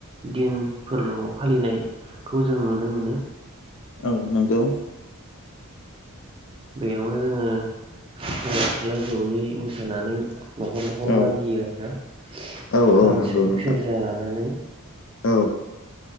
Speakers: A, on the right; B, on the left.
A: दिनफोरल' फालिनायखौ जों नुनो मोनो
B: औ नंगौ
A: बेयावनो जोङो सेंग्रा सिख्ला जयै मोसानानै न'खर न'खर
B: औ
A: मागियो आरोना
B: औ
A: खाम
B: औ नंगौ
A: सिफुं
B: नोंथां
A: सेरजा लानानै
B: औ